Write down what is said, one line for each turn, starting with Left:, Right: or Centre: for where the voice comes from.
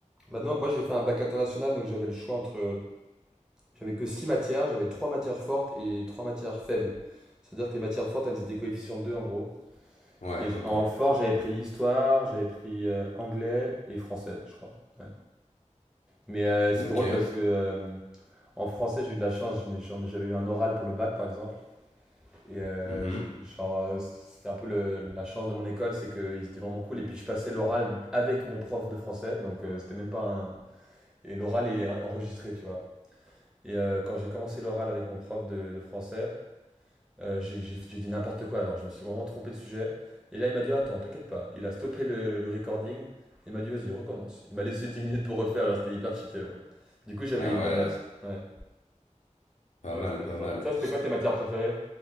Centre: Bah non, moi j'ai fait un bac international, donc j'avais le choix entre. J'avais que 6 matières, j'avais 3 matières fortes et 3 matières faibles. C'est-à-dire que les matières fortes, elles étaient coefficient 2 en gros.
Left: Ouais,
Centre: Et j'-
Left: ok.
Centre: en fort, j'avais pris histoire, j'avais pris euh, anglais et français, je crois. Ouais. Mais euh, c'est
Left: Ok.
Centre: drôle parce que euh, en français, j'ai eu de la chance, j'en ai, j'en ai- j'avais eu un oral pour le bac par exemple. Et euh,
Left: Mhm.
Centre: j- genre, euh, c'était un peu le- la chance de mon école, c'est qu'ils étaient vraiment cool. Et puis je passais l'oral avec mon prof de français, donc euh, c'était même pas un. Et l'oral est en- enregistré, tu vois. Et euh, quand j'ai commencé l'oral avec mon prof de, de français, euh, j'ai j'ai- j'ai dit n'importe quoi, genre je me suis vraiment trompé de sujet. Et là, il m'a dit, attends, t'inquiète pas. Il a stoppé le, le recording. Il m'a dit, vas-y, recommence. Il m'a laissé 10 minutes pour refaire, alors c'était hyper cheaté. alors. Du coup, j'avais
Left: Ah
Centre: une
Left: ouais,
Centre: bonne note. Ouais,
Left: pas
Centre: ouais
Left: mal,
Centre: c'était la
Left: pas
Centre: chance.
Left: mal.
Centre: Ça, c'était quoi tes matières préférées?